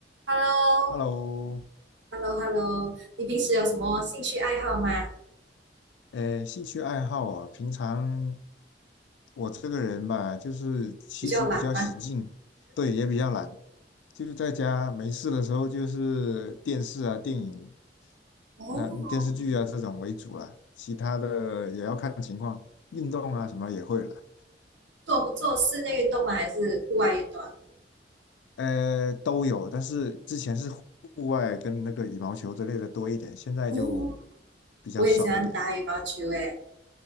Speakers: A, on the right; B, on the left.
A: h e l l o
B: Hello，
A: h e l l o h e l l o 你平时有什么兴趣爱好吗？
B: 呃，兴趣爱好啊，平常我这个人吧，就是其实比较喜静，
A: 比较懒吗？
B: 对，也比较懒，就是在家没事的时候，就是电视啊、电影、
A: 哦，
B: 那电视剧啊这种为主了，其他的也要看情况，运动啊什么也会了，
A: 做做室内运动吗？还是户外运动啊？
B: 呃，都有，但是之前是户外跟那个羽毛球之类的多一点，现在就
A: 哦，
B: 比较少一点。
A: 我也喜欢打羽毛球诶。